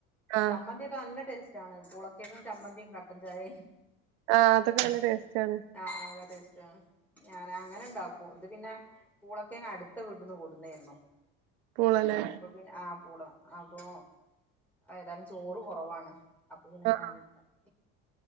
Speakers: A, on the right; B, in the centre.
A: ആഹ്
B: ചമ്മന്തി ഒക്കെ നല്ല ടേസ് റ്റാണ് പൂളക്കേങ്ങും ചമ്മന്തിം കട്ടൻ ചായിം
A: ആഹ് അതൊക്കെ നല്ല ടേസ്റ്റാണ്
B: ആഹ് നല്ലടേസ്റ്റാണ് ഞാന് അങ്ങനെ ഇണ്ടാക്കും ഇത് പിന്നെ പൂളക്കേങ്ങ് അട്ത്തെ വീട്ട്ന്ന് കൊട്ന്നേന്നു
A: പൂളലേ
B: പിന്നെ അഹ് പൂള അപ്പൊ ഏതാലും ചോറ് കൊറവാണ് അപ്പ പിന്നെ ഇങ്ങനാണ്ടാക്കി
A: ആഹ്